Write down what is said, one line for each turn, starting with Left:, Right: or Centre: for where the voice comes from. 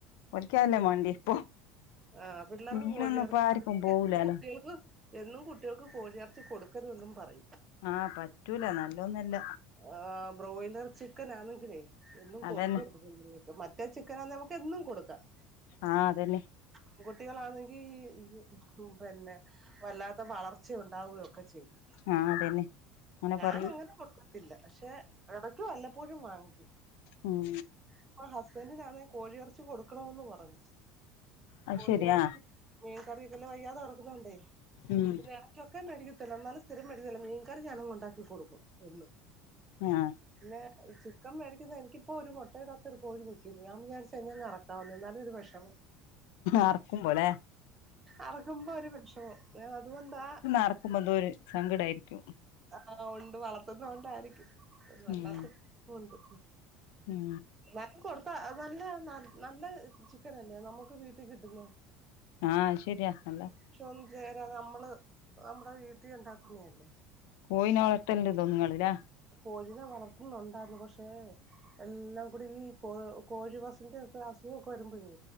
Left: ഓൽക്കല്ലേ വേണ്ടി ഇപ്പൊ
Right: ആ പിള്ളേർക്ക്
Left: മീനൊന്നും
Right: കോഴിയിറച്ചി
Left: ഇപ്പ ആർക്കും
Right: മതി
Left: പോവൂലാലോ
Right: കുട്ടികൾക്ക് എന്നും കുട്ടികൾക്ക് കോഴിറച്ചി കൊടുക്കരുതെന്നും പറയും
Left: ആഹ് പറ്റൂല നല്ലൊന്നല്ല
Right: ആ ബ്രോയിലർ ചിക്കൻ ആണെങ്കിലേ എന്നും
Left: അതന്നെ
Right: കൊടുക്കരുത് മറ്റേ ചിക്കനാന്നെ നമുക്ക് എന്നും കൊടുക്കാം
Left: ആഹ അതെന്നെ
Right: പെൺകുട്ടികളാണെങ്കി ഈ പിന്നെ വല്ലാത്ത വളർച്ച ഉണ്ടാവുകയൊക്കെ ചെയ്യും
Left: ആഹ് അതന്നെ അങ്ങനെ
Right: ഞാൻ
Left: പറയൂ
Right: അങ്ങനെ കൊടുക്കാ ത്തില്ല പക്ഷെ ഇടക്ക്‌ വല്ലപ്പോഴും വാങ്ങിക്കും
Left: ഉം
Right: ഇപ്പൊ ഹസ്ബൻഡിനാന്നെ കോഴിയിറച്ചി കൊടുക്കണന്ന് പറഞ്ഞു
Left: അത്
Right: കോഴിയിറച്ചി
Left: ശരിയാ
Right: മീൻ കറിയൊക്കെ ല്ല വയ്യാതെ കെടക്കുന്നോണ്ടേ
Left: ഉം
Right: പിന്നെ ഇടയ്ക്കൊക്കെ ചിക്കൻ മേടിക്കത്തില്ല എന്നാലും സ്ഥിരം മേടിക്കില്ല മീൻകറി ഞാനങ്ങ് ഉണ്ടാക്കി കൊടുക്കും എന്നും
Left: ആഹ
Right: പിന്നെ ചിക്കെൻ മേടിക്കുന്ന എനിക്കിപ്പോ ഒരു മുട്ടയിടത്ത ഒരു കോഴിണ്ട് ഇൻക്ക് ഞാൻ വിചാരിച്ച് അയിനെ അറ ക്കാമെന്ന് എന്നാലും ഒരു വെഷമം
Left: അറക്കുമ്പോ ലെ
Right: അറക്കുമ്പോ ഒരു വിഷമം ഞാൻ അതുകൊണ്ടാ
Left: അറക്കുമ്പോ എന്തോ ഒരു സങ്കടായിരിക്കും
Right: ആഹ ഉണ്ട് വളർത്തുന്ന കൊണ്ടായിരിക്കും അ വല്ലാത്ത
Left: ഉം
Right: ഉണ്ട്
Left: ഉം
Right: ഞാൻ കൊടുത്താ നല്ല നല്ല ചിക്കനല്ലേ നമ്മുക്ക് വീട്ടിൽ കിട്ടുന്ന
Left: ആഹ ശരിയാ അല്ല
Right: വേഷം ഒന്നും ചേരാ നമ്മള് നമ്മുടെ വീട്ടിൽ ഉണ്ടാക്കുന്നല്ലേ
Left: കോയിന് വളത്തല്ല തോന്നങ്ങളില്ലാ
Right: കോഴിനെ വളർത്തുന്നുണ്ടായിരുന്നു പക്ഷേ എല്ലാം കൂടി ഈ കോ കോഴിവസുന്റെക്കെ അസുഖംക്കെ വരുമ്പോഴേ